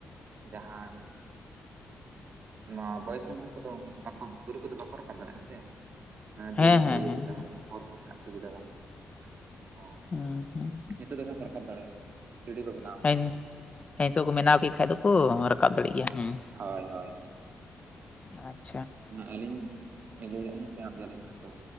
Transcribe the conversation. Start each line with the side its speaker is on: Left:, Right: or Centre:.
Right: ᱡᱟᱦᱟᱸᱭ ᱢᱟ ᱵᱚᱭᱮᱥᱟᱱ ᱦᱚᱲ ᱠᱚᱫᱚ ᱵᱟᱠᱚ ᱵᱩᱨᱩ ᱠᱚᱫᱚ ᱵᱟᱠᱚ ᱨᱟᱠᱟᱵ ᱫᱟᱲᱮᱜᱼᱟ ᱥᱮ ᱫᱷᱤᱨᱤ
Left: ᱦᱮᱸ ᱦᱮᱸ
Right: ᱠᱚ ᱤᱭᱟᱹ
Left: ᱦᱮᱸ
Right: ᱠᱚ ᱛᱟᱦᱮᱱᱟ ᱦᱚᱨ ᱨᱮᱱᱟᱜ ᱥᱩᱵᱤᱫᱷᱟ ᱵᱟᱝ ᱛᱚ
Left: ᱩᱸ <unintelligible>
Right: ᱱᱤᱛᱚᱜ ᱫᱚ ᱱᱟᱦᱟᱜ ᱠᱚ ᱨᱟᱠᱟᱵ ᱫᱟᱲᱮᱭᱟᱜᱼᱟ ᱥᱤᱲᱤ ᱠᱚᱫᱚ
Left: ᱦᱸᱮᱧ ᱦᱮᱸ ᱤᱛᱚᱜ ᱠᱚ ᱢᱮᱱᱟᱣ ᱠᱮᱜ ᱠᱷᱟᱡ ᱫᱚᱠᱚ ᱨᱟᱠ ᱨᱟᱠᱟᱵ ᱫᱟᱲᱮᱜ ᱜᱮᱭᱟ ᱦᱩᱸ,
Right: ᱦᱳᱭ ᱦᱳᱭ
Left: ᱟᱪᱪᱷᱟ
Right: ᱦᱟᱸᱜ ᱟᱹᱞᱤᱧ ᱞᱟᱹᱭᱠᱟᱜ ᱞᱤᱧ ᱥᱮᱱᱚᱜ ᱜᱮᱭᱟᱞᱤᱧ ᱦᱟᱸᱜ ᱛᱚ